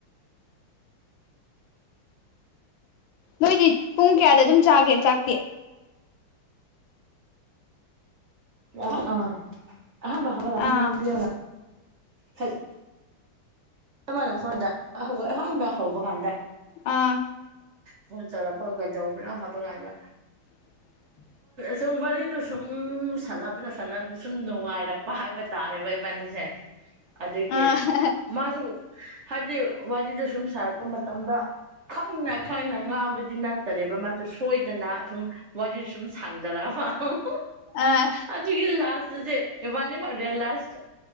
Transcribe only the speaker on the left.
ꯅꯣꯏꯗꯤ ꯄꯨꯡ ꯀꯌꯥꯗ ꯑꯗꯨꯝ ꯆꯥꯒꯦ ꯆꯥꯛꯇꯤ
ꯑꯥ
ꯑꯥ
<inaudible>
<inaudible>
ꯑꯥ
ꯑꯥ